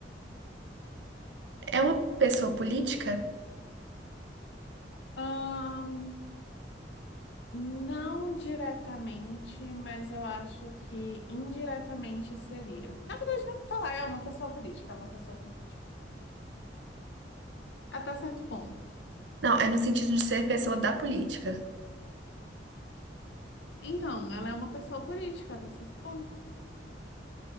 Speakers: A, on the right; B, on the left.
A: é uma pessoa política?
B: Ahn, não diretamente, mas eu acho que indiretamente seria. Na verdade, vamos falar, é uma pessoa política, é uma pessoa política. Até certo ponto.
A: Não, é no sentido de ser pessoa da política.
B: Então, ela é uma pessoa política até certo ponto,